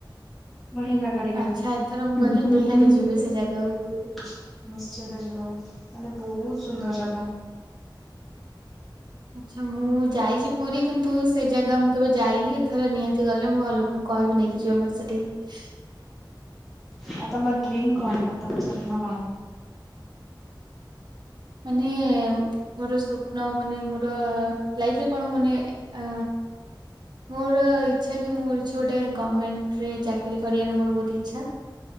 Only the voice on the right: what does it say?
ଆଚ୍ଛା ଏଥର ମୁଁ
ଗଲେ ନିହାତି ଯିବି ସେ ଜାଗାକୁ।
ଆଚ୍ଛା ମୁଁ ଯାଇଛି ପୁରୀ କିନ୍ତୁ ସେ ଜାଗା ମୁଁ କେବେ ଯାଇନି ଏଥର ନିହାତି ଗଲେ ମୁଁ ଘର ଲୋକଙ୍କୁ କହିବି ନେଇକି ଯିବ ମତେ ସେଠିକି।
ମାନେ ମୋର ସ୍ୱପ୍ନ ମାନେ ମୋର ଲାଇଫ ରେ କଣ ମାନେ ଅ ମୋର ଇଛା କି ମୁଁ କି ଗୋଟେ ଗଭମେଣ୍ଟ ରେ ଚାକିରୀ କରିବାର ମୋର ବହୁତ ଇଛା।